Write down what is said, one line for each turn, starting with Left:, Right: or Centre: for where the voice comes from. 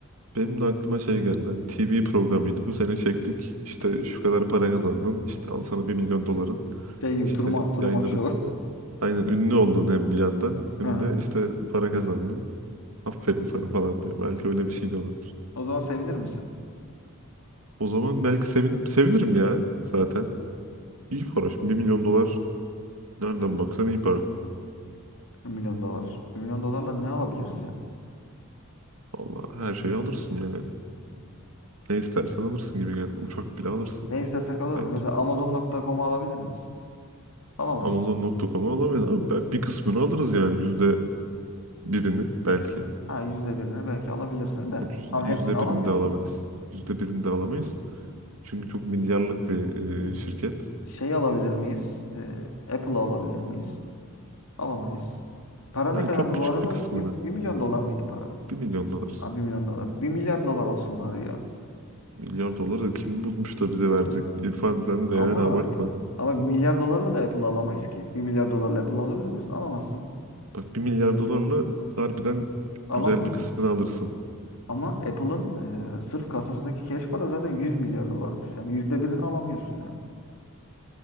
Right: benim de aklıma şey geldi. Hani TV programıydı. Bu sene çektik. İşte şu kadar para kazandın. İşte al sana bir milyon doların.
Left: Şey gibi
Right: İşte
Left: Truman, Truman
Right: yayınladık.
Left: Show.
Right: Aynen ünlü oldun hem bir yandan hem
Left: <laughs> Hı hı.
Right: de işte para kazandın. Aferin sana falan diye. Belki öyle bir şey de olabilir.
Left: O zaman sevinir misin?
Right: O zaman belki sevinirim. Sevinirim ya zaten. İyi para. Şimdi bir milyon dolar nereden baksan iyi para.
Left: 1 milyon dolar. 1 milyon dolarla ne alabiliriz ya?
Right: Valla her şeyi alırsın yani. Ne istersen alırsın gibi geldi. Uçak bile alırsın
Left: Ne istersek alır
Right: bence.
Left: mı? Mesela amazon nokta com'u alabilir miyiz? Alamayız.
Right: Amazon Amazon.com'u alamayız ama be- bir kısmını alırız yani. Yüzde birini belki.
Left: Ha yüzde birini belki alabilirsin de.
Right: Yok yüzde,
Left: Ama hepsini
Right: yüzde
Left: alamıyorsun.
Right: birini de alamayız. Yüzde birini de alamayız. Çünkü çok milyarlık bir
Left: E,
Right: e, şirket.
Left: Şey alabilir miyiz? E, Apple'ı alabilir miyiz? Alamayız. Para ne
Right: Yani
Left: kadardı
Right: çok küçük
Left: bu arada?
Right: bir kısmını.
Left: Bir milyon dolar mıydı para?
Right: Bir milyon dolar.
Left: Abi 1 milyon dolar. Bir milyar dolar olsun bari ya.
Right: Milyar doları kim bulmuş da bize
Left: Ha?
Right: verecek? İrfan sen de
Left: Ama
Right: yani abartma.
Left: ama 1 milyar dolarla da Apple'ı alamayız ki. Bir milyar dolarla Apple'ı alabilir misin? Alamazsın.
Right: Bak bir milyar dolarla harbiden
Left: Alamıyorsun.
Right: güzel bir kısmını alırsın.
Left: Ama Apple'ın e, sırf kasasındaki cash para zaten 100 milyar dolarmış. Yani yüzde birini alamıyorsun yani.